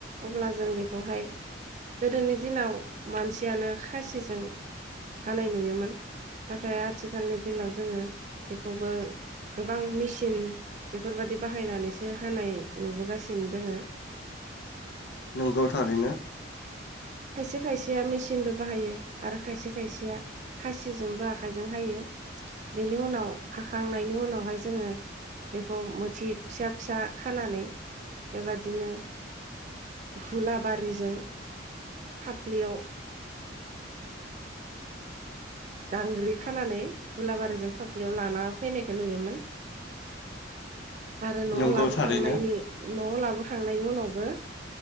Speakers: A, on the right; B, on the left.
A: अब्ला जों बेखौहाय गोदोनि दिनाव मानसियानो खासिजों हानाय नुयोमोन। नाथाय आथिखालनि दिनाव जोङो बेखौबो गोबां मेसिन बेफोरबायदि बाहायनानैसो हानाय नुबोगासि नो दोंङो।
B: नंगौ थारैनो‌।
A: खायसे खायसेया मेसिनबो बाहायो, आरो खायसे खायसेया खासिजोंबो आखाइजों हायो। बेनि उनाव हाखांनायनि उनावहाय जोङो बेखौ मोथि फिसा फिसा खानानै बेबादिनो हुलाबारिजों फाफ्लियाव दांग्रि खानानै गुलाबारिजों फाफ्लियाव लाना फैनाय खौ नुयोमोन। आरो न'आव
B: नंगौ
A: लाबोखांनायनि
B: थारैनो
A: न'आव लाबोखांनायनि उनावबो